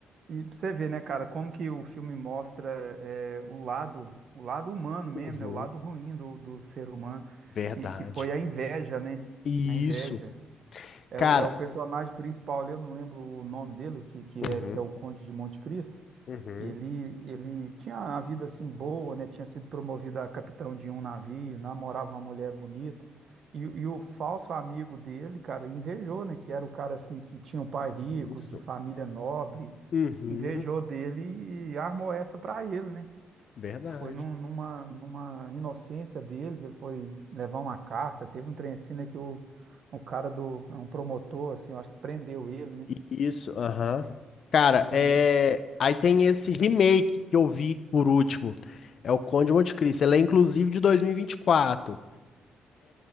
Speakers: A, on the right; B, on the left.
A: E pra você ver, né, cara, como que o filme mostra é, o lado, o lado humano mesmo,
B: Uhum,
A: né, o lado ruim do, do ser humano,
B: verdade.
A: que, que foi a inveja, né,
B: Isso,
A: a inveja. É
B: cara.
A: o, é o personagem principal ali, eu não lembro o nome dele, o que, que
B: Uhum,
A: é, que é o Conde de Monte Cristo.
B: uhum,
A: Ele, ele tinha a vida assim boa, né, tinha sido promovido a capitão de um navio, namorava uma mulher bonita. E, e o falso amigo dele, cara, invejou, né, que era o cara assim que tinha um pai rico,
B: isso.
A: de família nobre
B: Uhum,
A: invejou dele e armou essa pra ele, né?
B: verdade.
A: Foi num- numa, numa inocência dele que ele foi levar uma carta. Teve um trem assim, né, que o, o cara do, é um promotor, assim, eu acho que prendeu ele, né?
B: I- Isso, aham. Cara, é...
A: E me-
B: aí tem esse remake que eu vi por último. É o Conde de Monte Cristo. Ela é inclusive de dois mil e e vinte e quatro